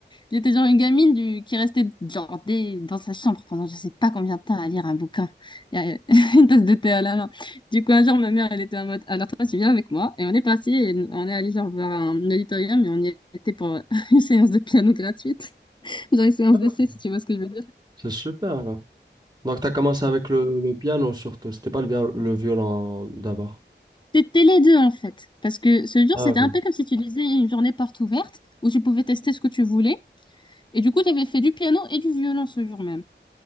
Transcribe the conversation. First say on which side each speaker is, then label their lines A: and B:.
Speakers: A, on the left; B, on the right.
A: J'étais genre une gamine du, qui restait genre des, dans sa chambre pendant je sais pas combien de temps à lire un bouquin, et à- <laughs> une tasse de thé à la main. Du coup, un jour, ma mère, elle était en mode, alors toi, tu viens avec moi, et on est parti, et on est allé genre vers un auditorium, et on y était pour <laughs> une séance de piano gratuite, <laughs> genre une séance
B: Ah,
A: d'essai,
B: ok.
A: si tu vois ce que je veux dire.
B: C'est super. Donc, tu as commencé avec le, le piano surtout. C'était pas le, vi- le violon d'abord.
A: C'était les deux en fait, parce que ce jour,
B: Ah,
A: c'était
B: ok.
A: un peu comme si tu disais une journée porte ouverte où tu pouvais tester ce que tu voulais. Et du coup, tu avais fait du piano et du violon ce jour même.